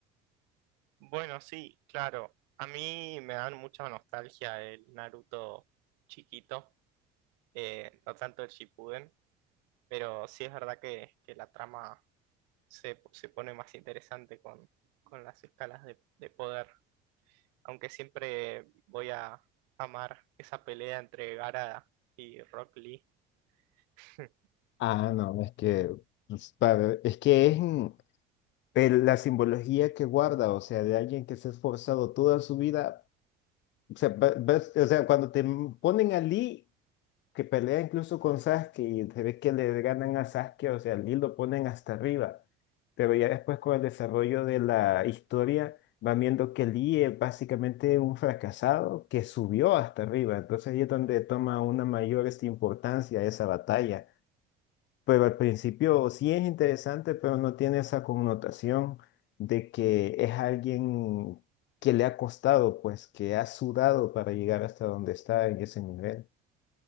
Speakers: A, on the right; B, on the left.
A: Bueno, sí, claro. A mí me dan mucha nostalgia el Naruto chiquito, eh, no tanto el Shippuden, pero sí es verdad que, que la trama se, se pone más interesante con, con las escalas de, de poder, aunque siempre voy a amar esa pelea entre Gaara y Rock Lee. <laughs>
B: Ah, no, es que pues, para- es que es mm, el- la simbología que guarda, o sea, de alguien que se ha esforzado toda su vida, o sea, va- vas- o sea, cuando te m- ponen a Lee que pelea incluso con Sasuke y se ve que le ganan a Sasuke, o sea, Lee lo ponen hasta arriba. Pero ya después con el desarrollo de la historia van viendo que Lee es básicamente un fracasado que subió hasta arriba. Entonces ahí es donde toma una mayor este, importancia esa batalla. Pero al principio sí es interesante, pero no tiene esa connotación de que es alguien que le ha costado, pues que ha sudado para llegar hasta donde está en ese nivel.